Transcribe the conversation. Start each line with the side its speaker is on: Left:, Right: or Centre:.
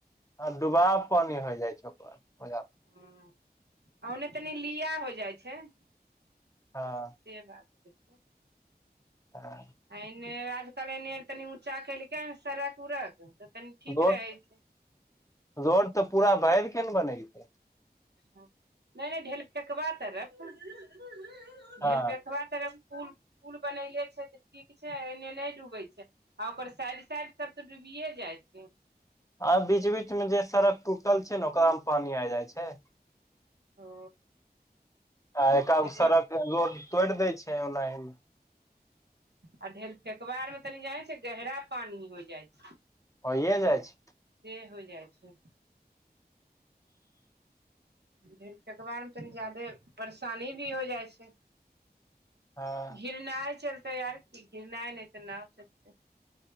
Left: आ डुबा पानी होइ जाइ छै ओकर <unintelligible>
Right: हँ आ ओने तनी लिया हो जाइ छै
Left: ह
Right: से बात होइ छै
Left: ह।
Right: एन्ने आजकल एन्ने तनि ऊचा केलहकै ह सड़क उड़क तऽ तनि ठीक
Left: रोड-रोड
Right: रहै छै
Left: तऽ पूरा भरिकेँ नऽ बनेलकै
Right: नहि नहि, ढेल फेकबा तरफ। <unintelligible>
Left: हँ
Right: तरफ पुल पुल बनेले छै तऽ ठीक छै, एने नहि डूबै छै आ ओकर साइड-साइड सभ तऽ डूबिए जाइ छै।
Left: आ बीच बीचमे जे सड़क टूटल छै ने ओकरा मे पानी आ जाइ छै।
Right: ओ
Left: आ एका
Right: एक
Left: सड़क
Right: बार
Left: रोड तोड़ दै छै ओना ही
Right: आ ढेल फेकबार मे तनी जाने छै गहरा पानी हो जाइ छै
Left: होइये जाइ छै
Right: से होइ जाइ अछि। ढेलफकबा अर मे तनि जादे परेशानी भी हो जाइ छै।
Left: हँ
Right: घ्रिनाय चलतै और की घ्रिनाय नहि तऽ नाव चलतै